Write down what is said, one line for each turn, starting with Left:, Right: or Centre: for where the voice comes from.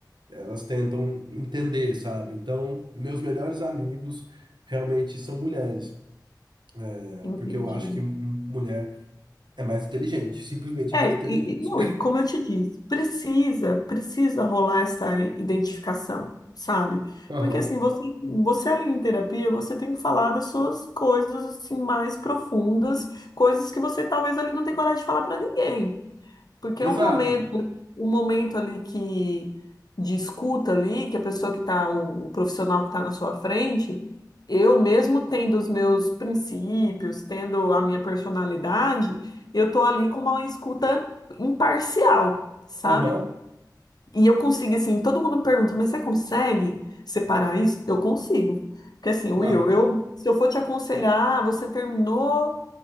Right: elas tentam entender, sabe? Então, meus melhores amigos realmente são mulheres, é,
Left: Entendi.
Right: porque eu acho que m- mulher é mais inteligente, simplesmente
Left: É,
Right: é mais inteligente.
Left: e, e- não, e como eu te disse, precisa, precisa rolar essa identificação, sabe?
Right: Aham,
Left: Porque assim, você, você ali em terapia, você tem que falar das suas coisas assim mais profundas, coisas que você talvez ali não tenha coragem de falar pra ninguém. Porque
Right: Exato.
Left: é um momento, um momento ali que de escuta ali, que a pessoa que está, o, o profissional que está na sua frente, eu mesmo tendo os meus princípios, tendo a minha personalidade, eu tô ali com uma escuta imparcial, sabe?
Right: Aham,
Left: E eu consigo, assim, todo mundo pergunta, mas você consegue separar isso? Eu consigo. Porque assim, Will,
Right: Lá.
Left: eu, se eu for te aconselhar, ah, você terminou